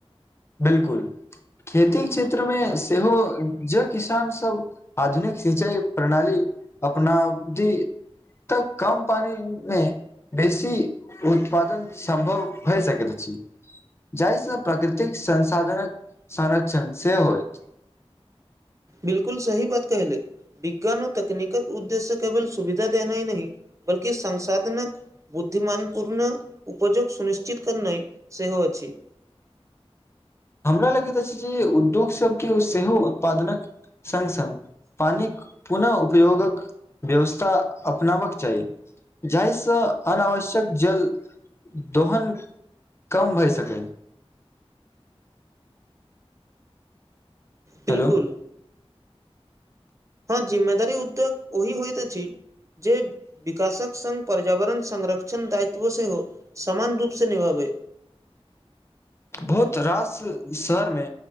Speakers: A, on the left (about 25°); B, on the right (about 30°).
A: बिलकुल खेती क्षेत्र मे सेहो जे किसान सब आधुनिक शिचाई‌ प्रणाली अपनाबती तऽ कम पानी मे बेसी उत्पादन सम्भव भए सकैत अछि जाहिसँ प्रकृतिक संसाधनक संरक्षण से होएत
B: बिलकुल सही बात कहि ले विज्ञान ओ तकनीकक उद्देश्य केवल सुविधा देनाय नहिह बल्कि संसाधनकक बुद्धिमान पूर्ण उयजग सुनिश्चित करनै सेहो अछि
A: हमरा लगैत अछि जे उद्योग सभके सेहो उत्पादनक संग संग पानिक पुन उपयोगक व्यवस्था अपनाबक चाही जाहिसँ अनावश्यक जल दोहन कम भए सकै
B: बिल्कुल
A: हेलो
B: हँ जिम्मेदारी उद्योग ओहि होइत अछि जे विकासक संग पर्यावरण संरक्षण दायित्व सेहो समामान रूपसँ निभाबै
A: बहुत रास शहरमे